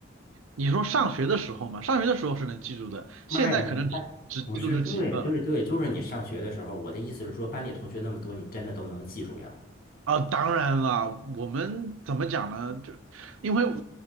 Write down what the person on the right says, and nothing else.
你说上学的时候嘛，上学的时候是能记住的，
现在可能只只记住这几个了。
啊，当然了，我们怎么讲呢？就因为我